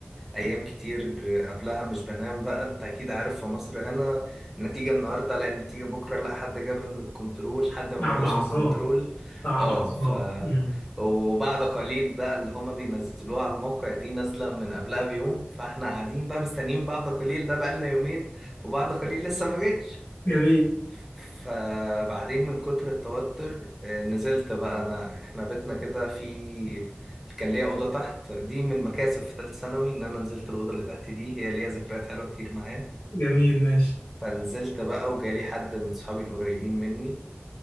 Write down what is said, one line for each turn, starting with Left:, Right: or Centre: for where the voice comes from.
Centre: ايام كتير قبلها مش بنام بقى انت اكيد عارف في مصر هنا النتيجة النهاردة لا النتيجة بكرة لا حد جابها من الكنترول حد ما
Left: صعب
Centre: جابهاش
Left: عصام
Centre: من الكنترول
Left: صعب
Centre: اه
Left: عصام
Centre: ف
Left: مم.
Centre: وبعد قليل بقى اللي هما بينزلوها على الموقع دي نازلة من قبلها بيوم فاحنا قاعدين بقى مستنيين بعد قليل ده بقى لنا يومين وبعد قليل لسه ما جاش
Left: جميل
Centre: فبعدين من كتر التوتر آه، نزلت بقى انا احنا بيتنا كده في كان ليا اوضه تحت دي من مكاسب في ثالثه ثانوي ان انا نزلت الاوضه اللي تحت دي هي ليا ذكريات حلوه كتير معايا
Left: جميل ماشي
Centre: فنزلت بقى وجالي حد من صحابي القريبين مني